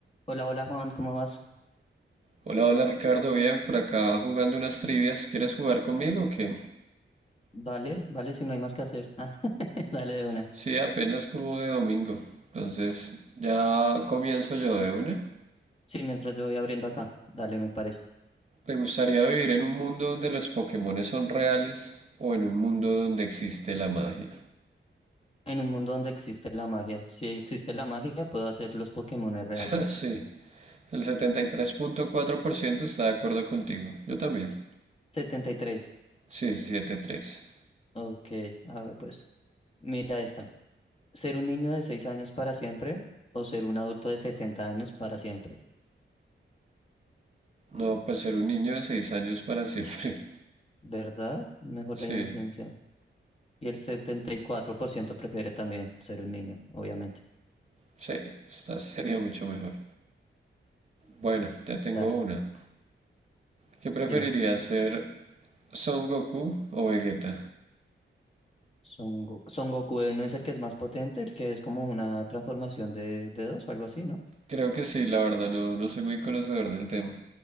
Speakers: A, on the left; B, on the right.
A: Hola, hola Juan, ¿cómo vas?
B: Hola, hola Ricardo, bien, por acá jugando unas trivias. ¿Quieres jugar conmigo o qué?
A: Vale, vale, si no hay más que hacer. Ah, <laughs> dale de una.
B: Sí, apenas como de domingo. Entonces, ya comienzo yo de una.
A: Sí, mientras yo voy abriendo acá, dale, me parece.
B: ¿Te gustaría vivir en un mundo donde los Pokémones son reales o en un mundo donde existe la magia?
A: En un mundo donde existe la magia. Si existe la magia, puedo hacer los Pokémones reales.
B: <laughs> Sí, el setenta y tres punto cuatro por ciento está de acuerdo contigo. Yo también.
A: setenta y tres
B: Sí, setenta y tres
A: Ok, a ver pues. Mira esta. ¿Ser un niño de 6 años para siempre o ser un adulto de setenta años para siempre?
B: No, pues ser un niño de 6 años para siempre. <laughs>
A: ¿Verdad? Mejor
B: Sí,
A: la inocencia. Y el 74% prefiere también ser un niño, obviamente.
B: sí, esta sería mucho mejor. Bueno, te tengo
A: Dale,
B: una. ¿Qué preferiría
A: dime.
B: ser Son Goku o Vegeta?
A: Son, Go- Son Goku eh, no es el que es más potente, el que es como una transformación de, de dos o algo así, ¿no?
B: Creo que sí, la verdad no, no soy muy conocedor del tema.